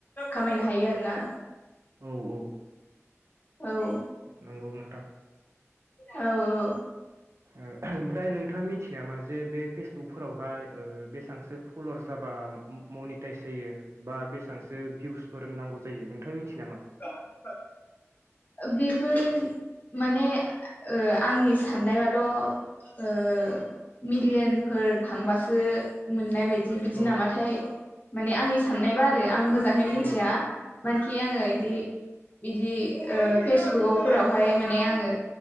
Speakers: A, on the left; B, on the right.
A: खामायनो हायो आर ना।
B: औ औ
A: औ
B: नंगौ नोंथां
A: औ औ
B: ओ ओमफ्राय नोंथाङा मिथिनाय नामा जे बे फेसबुकफोरावहाय ओ बेसांसो फल'वार जाबा मनिटाइस जायो बा बेसेबांसो भिउसफोर नांगौ जायो नोंथाङा मिथियो नामा?
A: <inaudible> बेफोर माने ओ आंनि साननायबाथ' ओ मिलियनफोर थांबासो मोननाय बायदि बि बिदि
B: औ
A: नामाथाय माने आंनि साननायबा आरो आं मोजाङै मिथिया
B: औ
A: मानखि आङो बिदि बिदि ओ फेसबुकाव फोरावहाय माने आङो